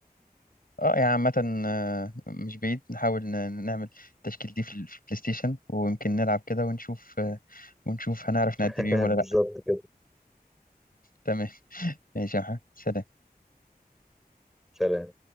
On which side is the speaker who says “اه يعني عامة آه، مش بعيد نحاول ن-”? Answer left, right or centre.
Left